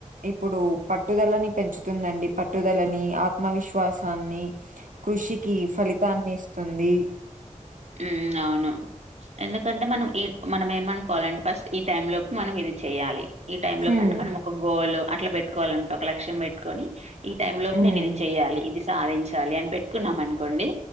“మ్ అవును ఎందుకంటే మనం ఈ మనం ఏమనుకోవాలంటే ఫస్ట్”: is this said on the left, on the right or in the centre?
Right